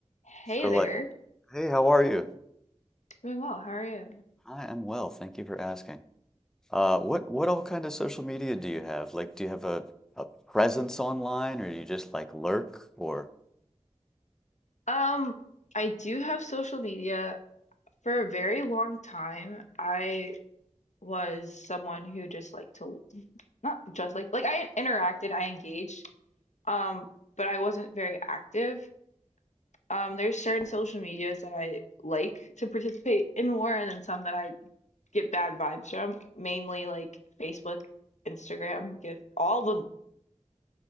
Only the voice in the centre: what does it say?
So
like, hey, how are you?
I am well, thank you for asking. Uh, what what all kind of social media do you have? Like, do you have a a presence online, or you just like lurk? Or